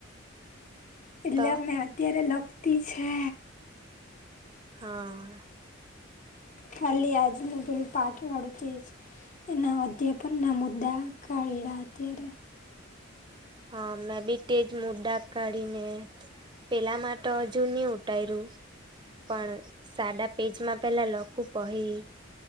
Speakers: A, on the left; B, on the right.
A: એટલે
B: તો
A: મે અત્યારે લખતી છે
B: હા.
A: ખાલી આજ નું પેલું પાઠ વાળું તેજ એના અધે પણ ના મુદા કાળીળ અત્યારે.
B: હા મેં બી તેજ મો ડા કાઢી ને પેલામાં તો હજુ નહી ઉઠાયર્યું. પણ સાડા પેજમાં પેલા લખું પડે.